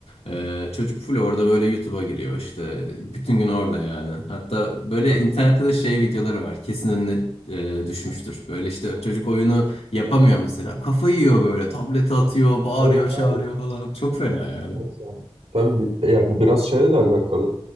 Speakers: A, on the left; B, on the right.
A: Ee, çocuk full orada böyle YouTube'a giriyor işte. Bütün gün orada yani. Hatta böyle
B: Tabii,
A: internette de şey videoları var. Kesin önüne e, düşmüştür. Böyle işte çocuk oyunu yapamıyor mesela. Kafayı yiyor böyle. Tablete atıyor, bağırıyor,
B: evet
A: çağırıyor
B: abi.
A: falan. Çok fena yani.
B: Evet yani. Tabii bir- yani bu biraz şeyle de alakalı.